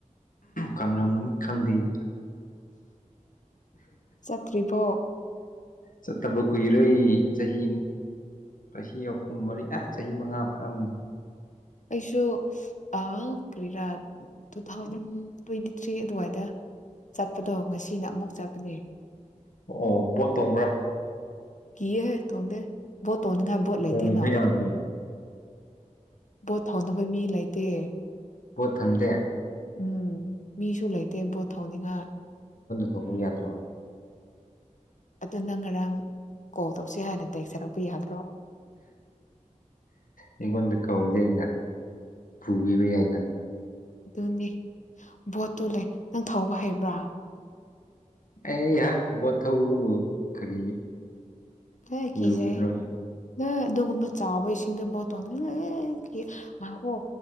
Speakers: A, on the left (about 85°); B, on the left (about 65°).
A: ꯀꯪꯔꯝꯃꯅꯤ ꯈꯪꯗꯦ ꯑꯩꯗꯤ
B: ꯆꯠꯇ꯭ꯔꯤꯕꯣ
A: ꯆꯠꯄ ꯀꯨꯏꯔꯦ ꯆꯍꯤ ꯆꯍꯤ ꯑꯍꯨꯝ ꯃꯔꯤ ꯑꯁ ꯆꯍꯤ ꯃꯉꯥ ꯐꯥꯔꯝꯃꯅꯤ
B: ꯑꯩꯁꯨ ꯑꯪ ꯀ꯭ꯔꯤꯔꯥ ꯇꯨ ꯊꯥꯎꯖꯟ ꯇ꯭ꯋꯦꯟꯇꯤ ꯊ꯭ꯔꯤ ꯑꯗꯨꯋꯥꯏꯗ ꯆꯠꯄꯗꯣ ꯉꯁꯤꯅ ꯑꯃꯨꯛ ꯆꯠꯄꯅꯦ
A: ꯑꯣ ꯕꯣꯠ ꯇꯣꯡꯕ꯭ꯔꯥ
B: ꯀꯤꯌꯦꯍꯦ ꯇꯣꯡꯗꯦ ꯕꯣꯠ ꯇꯣꯡꯅꯤꯡꯉꯥꯏ ꯕꯣꯠ ꯂꯩꯇꯦꯅ
A: ꯇꯣꯡꯕ ꯌꯥꯗ꯭ꯔꯣ
B: ꯕꯣꯠ ꯊꯧꯅꯕ ꯃꯤ ꯂꯩꯇꯦ
A: ꯄꯣꯠ ꯊꯝꯗꯦ
B: ꯎꯝ ꯃꯤꯁꯨ ꯂꯩꯇꯦ ꯕꯣꯠ ꯊꯧꯅꯤꯡꯉꯥꯏ
A: ꯀꯧꯎ ꯌꯥꯗ꯭ꯔꯣ
B: ꯑꯗꯨ ꯅꯪ ꯉꯔꯥꯡ ꯀꯣꯜ ꯇꯧꯁꯤ ꯍꯥꯏꯅ ꯇꯦꯛꯁꯁꯤ ꯀꯛꯄ ꯌꯥꯗ꯭ꯔꯣ
A: ꯑꯩꯉꯣꯟꯗ ꯀꯧꯔꯗꯤ ꯑꯩꯅ ꯄꯨꯕꯤꯕ ꯌꯥꯏꯅ
B: ꯑꯗꯨꯅꯤ ꯚꯣꯠꯇꯨ ꯂꯩ ꯅꯪ ꯊꯧꯕ ꯍꯩꯕ꯭ꯔꯥ
A: ꯑꯩꯍ ꯕꯣꯠ ꯊꯧꯕꯕꯨ ꯀꯔꯤ
B: ꯂꯣꯏ ꯀꯤꯖꯩ
A: ꯂꯨꯒꯗ꯭ꯔꯅꯦ
B: ꯅ ꯑꯗꯨꯒꯨꯝꯕ ꯆꯥꯎꯕ ꯏꯁꯤꯡꯗ ꯕꯣꯠ ꯇꯣꯡ ꯑꯑ ꯀꯤꯌꯦ ꯉꯥꯏꯈꯣ